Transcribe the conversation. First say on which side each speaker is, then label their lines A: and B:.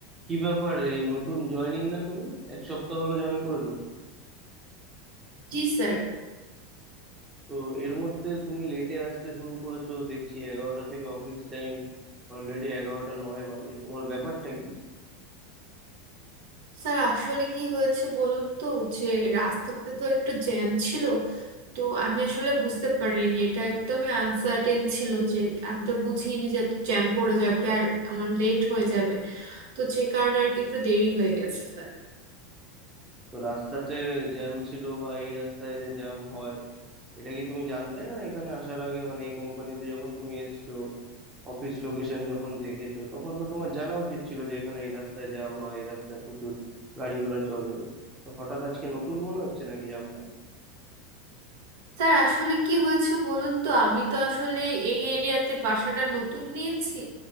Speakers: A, on the right; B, on the right.
A: কি ব্যাপার এই নতুন জয়েনিং না তুমি এক সপ্তাহ হলো জয়েন করেছো তো
B: জি sir
A: তো এর মধ্যে তুমি লেটে আসতে শুরু করেছো দেখছি এগারোটা থেকে অফিস টাইম অলরেডি এগারোটা নয় বাজে তোমার ব্যাপারটা কি
B: Sir আসলে কি হয়েছে বলুন তো যে রাস্তাতে তো একটু জ্যাম ছিল তো আমি আসলে বুঝতে পারিনি এটা একদমই আনসার্টেন ছিল যে আমি তো বুঝিনি যে জ্যাম পড়ে যাবে আর আমার লেট হয়ে যাবে তো যে কারণে আর কি একটু দেরি হয়ে গেছে স্যার
A: তো রাস্তাতে জ্যাম ছিল বা এই রাস্তায় যে জ্যাম হয় এটা কি তুমি জানতে না এখানে আসার আগে মানে এই কোম্পানিতে যখন তুমি এসছো অফিস লোকেশন যখন দেখেছো তখন তো তোমার জানা উচিত ছিল যে এখানে এই রাস্তায় জ্যাম হয় এই রাস্তায় প্রচুর গাড়ি ঘোড়া চলে তো হঠাৎ আজকে নতুন মনে হচ্ছে নাকি জ্যাম
B: স্যার আসলে কি হয়েছে বলুন তো আমি তো আসলে এই এরিয়াতে বাসাটা নতুন নিয়েছি